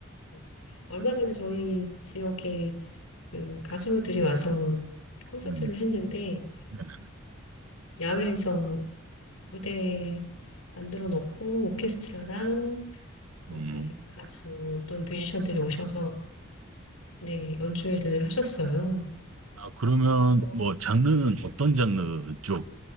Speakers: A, on the left; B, on the right.
A: 네. 얼마 전에 저희 지역에 그 가수들이 와서 콘서트를
B: 음,
A: 했는데,
B: 네네.
A: 야외에서 무대 만들어 놓고 오케스트라랑
B: 음.
A: 이제 가수 또는 뮤지션들이 오셔서 네, 연주회를 하셨어요.
B: 아, 그러면
A: 어,
B: 뭐 장르는 어떤 장르 쪽